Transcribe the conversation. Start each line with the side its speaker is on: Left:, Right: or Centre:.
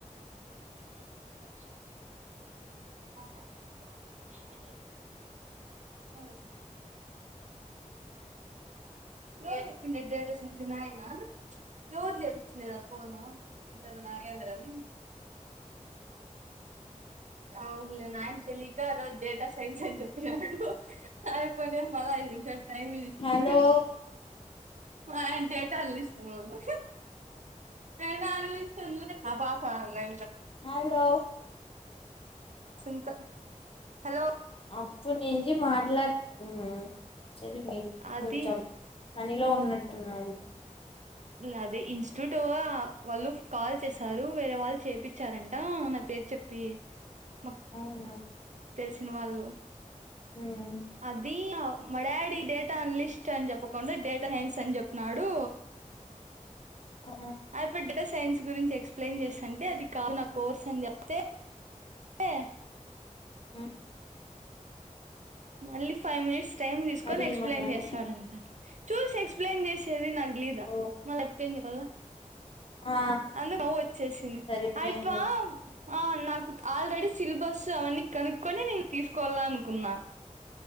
Right: <unintelligible> ఆ ఆ ఓకే ఎవరు చెప్పిండు డేటా సైన్స్ నాయనా ఎవరు చేపించినది ఆ పోను నాగేంద్ర అని అవునులే నాయన తెలియక ఆ రోజు డేటా సైన్స్ అని చెప్పినాడు అ సరే అమ్మ ఐదు నిమిషాలు టైం తీసుకున్నా
Left: హలో
Right: మా నాయన డేటాల్ తీసుకొని పోయిండా డెటాల్ తీసుకొనిలే
Left: హలో
Right: ఉంది హలో
Left: అప్పుడి నుంచి మాట్లాడు ఉమ్ సరే మీరు
Right: అది
Left: కొంచెం పనిలో ఉన్నట్టున్నారు
Right: అదే ఇన్స్టిట్యూట్ వాళ్ళు కాల్ చేసారు వేరే వాళ్ళు చేపిచ్చారంట నా పేరు చెప్పి మాకు
Left: అవునా
Right: తెలిసిన వాళ్ళు
Left: ఉమ్
Right: అది అ మా డాడీ డేటా అనలిస్ట్ అని చెప్పకుండా డేటాసైన్స్ అని చెప్పినాడు.
Left: ఆ
Right: ఆయాప్పి డేటా సైన్స్ గురించి ఎక్స్ప్లెయిన్ చేస్తాంటే అది కాదు నా కోర్స్ అని చెప్తే ఏ
Left: ఉ
Right: మళ్ళీ ఫైవ్ మినిట్స్ టైమ్ తీసుకొని
Left: మరి
Right: ఎక్స్ప్లెయిన్
Left: ఏమన్నారు
Right: చేస్తాడంట. చూసి ఎక్స్ప్లెయిన్ చేసేది నాకు తేలీదా
Left: ఓ
Right: మళ్ల అప్పింది చెప్పాల
Left: ఆ
Right: అందుకు నవ్వు వచ్చేసింది
Left: సరిపోయింది
Right: అయిప్ప ఆ నాకు ఆల్రెడీ సిలబస్ అవన్నీ కనుక్కొని నేను తీసుకోవాల అనుకున్నా